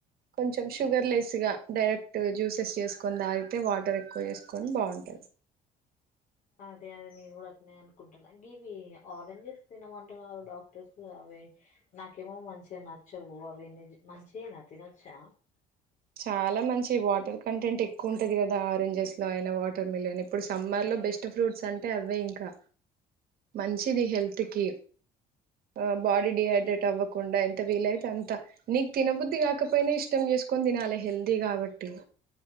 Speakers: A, on the right; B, on the left.
A: కొంచెం షుగర్ లెస్ గా డైరెక్ట్ జ్యూసెస్ చేసుకొని దాగితే వాటర్ ఎక్కువ చేసుకొని బాగుంటుంది
B: అదే అదే నేను కూడా అట్నే అనుకుంటాన్నాను ఇవి ఆరెంజెస్ తినమంటున్నారు డాక్టర్స్ అవి వే నాకేమో మంచిగా నచ్చవు అవి నిజ మంచినా తినొచ్చా
A: చాలా మంచి వాటర్ కంటెంట్ ఎక్కువ ఉంటది కదా ఆరెంజెస్ లో అయిన వాటర్ మిలిన్ ఇప్పుడు సమ్మర్ లో బెస్ట్ ఫ్రూట్స్ అంటే అవే ఇంకా మంచిది హెల్త్ కి ఆ బాడీ డిహైడ్రేట్ అవ్వకుండా ఎంత వీల అయితే అంత నీకు తినబుద్ధి కాకపోయినా ఇష్టం చేసుకు కొదినాల హెల్దీ కాబట్టి